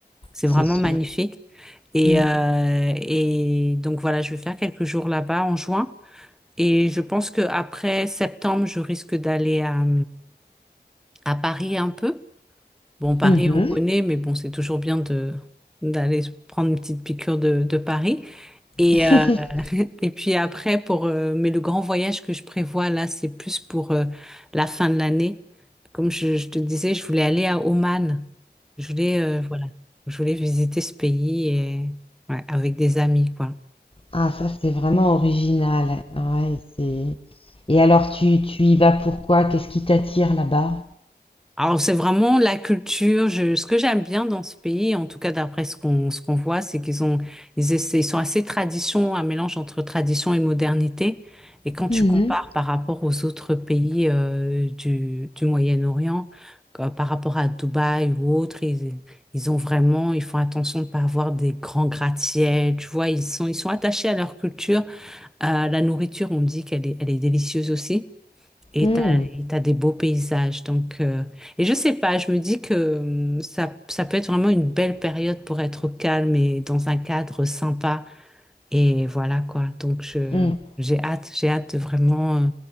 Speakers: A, in the centre; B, on the left (about 30°).
A: C'est
B: c'est
A: vraiment
B: sûr.
A: magnifique. Et,
B: Mm,
A: euh, et donc voilà, je vais faire quelques jours là-bas en juin. Et je pense que après septembre, je risque d'aller à, à Paris un peu. Bon, Paris,
B: mhm.
A: on connaît, mais bon, c'est toujours bien de d'aller prendre une petite piqûre de, de Paris. Et,
B: <laughs>
A: euh, <laughs> et puis après, pour, euh, mais le grand voyage que je prévois là, c'est plus pour euh, la fin de l'année. Comme je, je te disais, je voulais aller à Oman. Je voulais, euh, voilà, je voulais visiter ce pays et, ouais, avec des amis, quoi.
B: Ah, ça, c'est vraiment original. Ouais, c'est... Et alors, tu, tu y vas pourquoi? Qu'est-ce qui t'attire là-bas?
A: Alors, c'est vraiment la culture. Je- ce que j'aime bien dans ce pays, en tout cas d'après ce qu'on ce qu'on voit, c'est qu'ils ont, ils essaient- ils sont assez tradition, un mélange entre tradition et modernité. Et quand tu
B: Mhm.
A: compares par rapport aux autres pays euh, du, du Moyen-Orient, comme par rapport à Dubaï ou autres, ils, ils ont vraiment, ils font attention de ne pas avoir des grands gratte-ciels. Tu vois, ils sont, ils sont attachés à leur culture. À la nourriture, on me dit qu'elle est, elle est délicieuse aussi. Et
B: Mhm.
A: t'as, et t'as des beaux paysages. Donc, euh, et je sais pas, je me dis que euh, ça, ça peut être vraiment une belle période pour être au calme et dans un cadre sympa. Et voilà quoi. Donc, je,
B: Mhm.
A: j'ai hâte, j'ai hâte de vraiment. euh,